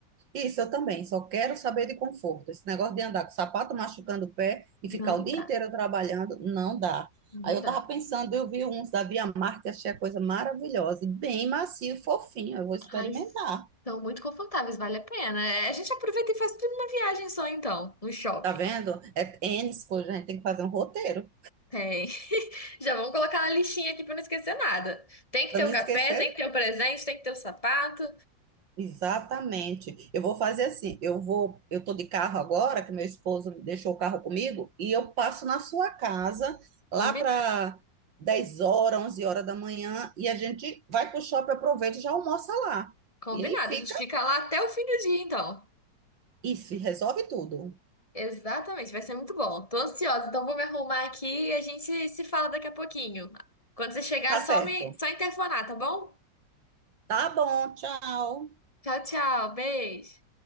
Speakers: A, on the right; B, on the left.
A: Isso, eu também, só quero saber de conforto. Esse negócio de andar com o sapato machucando o pé e
B: Não
A: ficar o dia
B: dá.
A: inteiro trabalhando, não dá.
B: Não
A: Aí eu
B: dá.
A: tava pensando, eu vi uns da Via Marte, achei a coisa maravilhosa, e bem macio, fofinho, eu vou experimentar.
B: Ai, são muito confortáveis, vale a pena. É, A gente aproveita e faz tudo numa viagem só, então, no shopping.
A: Tá vendo? É tênis, coisa, a gente tem que fazer um roteiro
B: Tem. <laughs> Já vamos colocar na listinha aqui pra não esquecer nada. Tem que
A: para
B: ter
A: não
B: o
A: esquecer
B: café, tem que ter o presente, tem que ter o sapato.
A: Exatamente. Eu vou fazer assim, eu vou, eu tô de carro agora, que meu esposo deixou o carro comigo, e eu passo na sua casa lá
B: Combinado.
A: para 10 horas, 11 horas da manhã, e a gente vai pro shopping, aproveita e já almoça lá.
B: Combinado.
A: E aí fica
B: A gente fica lá até o fim do dia, então.
A: isso, e resolve tudo.
B: Exatamente, vai ser muito bom. Tô ansiosa, então vou me arrumar aqui e a gente se fala daqui a pouquinho. Quando você chegar,
A: Tá
B: só
A: certo.
B: me, só interfonar, tá bom?
A: Tá bom, tchau.
B: Tchau, tchau. Beijo.